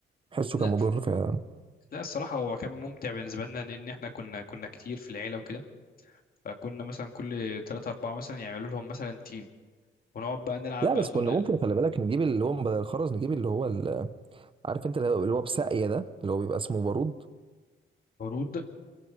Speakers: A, on the right; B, on the left.
A: حسه
B: لا
A: كان مضر فعلا
B: لا الصراحه هو كان ممتع بالنسبه لنا لان احنا كنا كنا كتير في العيله وكده فكنا مثلا كل ثلاثة أربعة مثلا يعملوا لهم مثلا تيم ونقعد بقى نلعب
A: لا
B: بقى
A: بس
B: طول
A: كنا ممكن خلي بالك نجيب اللي هو بدل الخرز نجيب اللي هو ال- عارف انت اللي هو اللي هو بساقية ده اللي هو بيبقى اسمه بارود
B: العروض